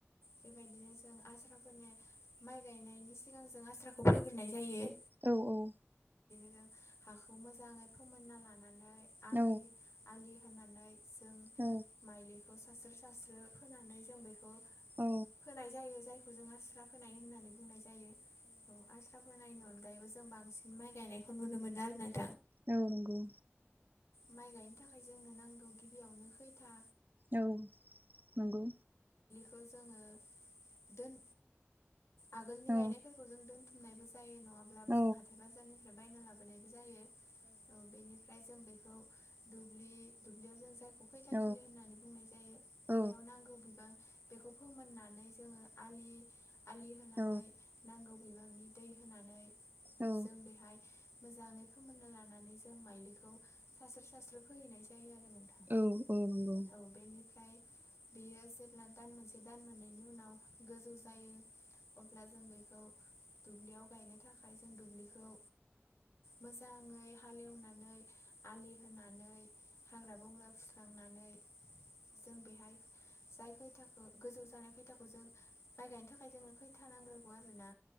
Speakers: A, on the left; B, on the right.
A: बेबायदिनो जों आस्राफोनाय माइ गायनायनि सिगां जों आस्राखौ फोग्रोनाय जायो।
B: औ औ
A: जों हाखौ मोजाङै फोमोनना लानानै आलि
B: औ
A: आलि होनानै जों
B: औ
A: माइलिखौ सास्रो सास्रो फोनानै जों बेखौ
B: औ
A: फोनाय जायो जायखौ जों आस्रा फोनाय होननानै बुंनाय जायो। औ आस्रा फोनायनि अनगायैबो जों बांसिन माइ गायनायखौ नुनो मोनो आरोना
B: औ नंगौ
A: माइ गायनो थाखाय जोंनो नांगौ गिबियावनो खैथा
B: औ नंगौ
A: खौ जोङो दोन आगोलनि
B: औ
A: गायनायफोरखौ जों दोन्थुमनायबो जायो न' नङाब्लाबो
B: औ
A: जों हाथाइ बाजारनिफ्राय बायना लाबोनायबो जायो औ बेनिफ्राय जों बे खौ दुब्लि-दुब्लियाव जों जायख खौखैथाथिलि
B: औ
A: होननानै बुंनाय जायो।
B: औ
A: बेयाव नांगौ बिबां बेखौ फोमोननानै जोङो आलि आलि होनानै
B: औ
A: नांगौ बिबांनि दै होनानै
B: औ
A: जों बेहाय मोजाङै फोमोन्ना लानानै जो जों माइलिखौ सास्रो सास्रो फोहैनाय जायो आरो नोंथां
B: औ औ नंगौ।
A: औ बेनिफ्राय बेयो जेब्ला दान मोनसे दान मोननैनि उनाव गोजौ जायो अब्ला जों बेखौ दुब्लियाव गायनो थाखाय जों दुब्लिखौ मोजाङै हालेवनानै आलि होनानै हाग्रा बंग्रा फुस्रांनानै जों बेहाय जाय खैथाखौ गोजौ जानाय खैथाखौ जों माइ गाय थाखाय जोंनो खैथा नांग्रोगौ आरोना